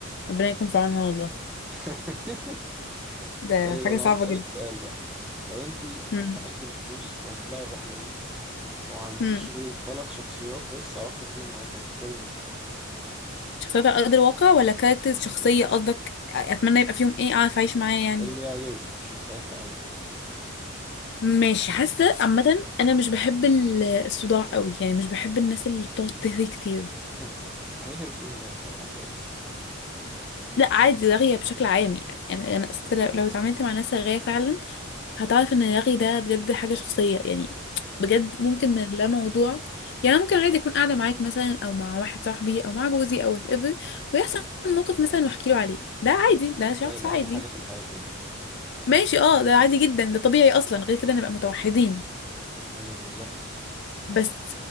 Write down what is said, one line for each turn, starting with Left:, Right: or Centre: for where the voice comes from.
Left: ربنا يكون في عونها والله
Centre: <laughs>
Left: ده
Centre: طيب
Left: حاجة
Centre: انا
Left: صعبة
Centre: عايز اسالك
Left: جدا
Centre: سؤال بقى لو انت
Left: امم
Centre: معاكي الفلوس وهتطلعي الرحله دي وما عندكيش
Left: امم
Centre: غير ثلاث شخصيات بس تعرفي تاخديهم معاكي هتختاري مين
Left: شخصيات على قدر الواقع ولا كاركترز شخصية قصدك اتمنى يبقى فيهم ايه اعرف اعيش معاه يعني
Centre: اللي يعجبك شوفي انت عايز تعملي ايه
Left: ماشي حاسة عامة أنا مش بحب ال- الصداع قوي يعني مش بحب الناس اللي بتقعد تهري كتير
Centre: <laughs> هيهرف ايه هناك لو حد قدر
Left: لا عادي رغية بشكل عام يعني أنا أنا أصل لو لو اتعاملت مع ناس رغاية فعلا هتعرف ان الرغي ده بجد حاجة شخصية يعني بجد ممكن من لا موضوع يعني ممكن عادي اكون قاعدة معاك مثلا او مع واحد صاحبي او مع جوزي او وات ايفر ويحصل موقف مثلا واحكي له عليه ده عادي ده شخص
Centre: ده ده
Left: عادي
Centre: احلى حاجه في الحياه بجد
Left: ماشي اه ده عادي جدا ده طبيعي اصلا غير كده نبقى متوحدين
Centre: أمم، بالظبط
Left: بس